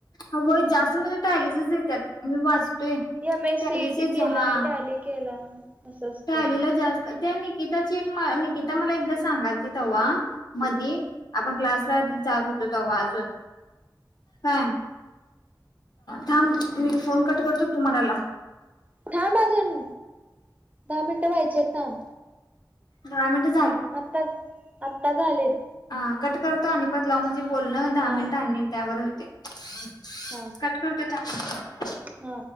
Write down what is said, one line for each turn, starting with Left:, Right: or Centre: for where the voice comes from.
Left: हो जास्त म्हणजे टॅलीचेच येतात मी वाचतोय
Right: एम एस
Left: टॅलीच
Right: सीईटी केलाय
Left: हा.
Right: टॅली केला असं असते
Left: टॅलीला जास्त- त्या निकिताची एक निकिता मला एकदा सांगालती तेव्हा, मधी आपण क्लासला जात होतो तेव्हा अजून- हा. थांब. मी फोन कट करतो तु मला लाव.
Right: थांब अजून दहा मिनिटं व्हायचे आहेत थांब.
Left: दहा मिनिट-
Right: आत्ता -आत्ता झालेत.
Left: हा कट करतो. आणि परत लाव बोलणं दहा
Right: हा
Left: मिनिट आणि त्यावर. <inaudible>
Right: हा
Left: कट करते. चांगल-
Right: हा.